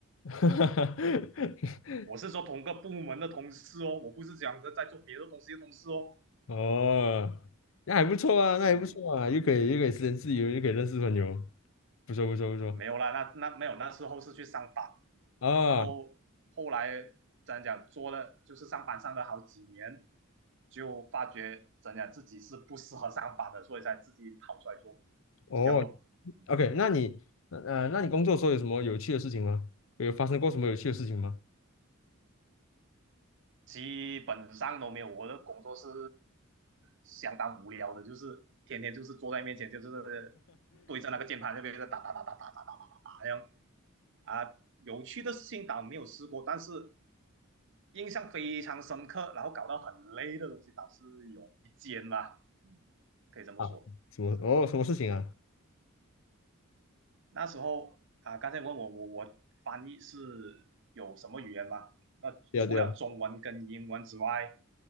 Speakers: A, on the left; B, on the right.
A: <laughs>
B: 我是说同个部门的同事哦，我不是讲着在做别的东西的同事哦。
A: 哦，那还不错啊，那还不错啊，
B: 嗯，
A: 又可以又可以时间自由，又可以认识朋友，不错不错不错
B: 没有啦，那那没有，那时候是去上班，
A: 啊。
B: 然后后来怎样讲做了，就是上班上了好几年，就发觉怎样讲自己是不适合上班的，所以才自己跑出来做，
A: 哦
B: 这样咯。嗯。
A: ，OK，那你呃那你工作的时候有什么有趣的事情吗？有发生过什么有趣的事情吗？
B: 基本上都没有。我的工作是相当无聊的，就是天天就是坐在面前，就是对着那个键盘那边打打打打打打打打打打这样。啊，有趣的事情倒没有试过，但是印象非常深刻，然后搞到很累的东西倒是有一间啦，嗯，可以这么说。
A: 啊，什么？哦，什么事情啊？
B: 那时候啊，呃刚才问我我我翻译是有什么语言吗？那除了中文跟英文之外，
A: 对啊，对啊。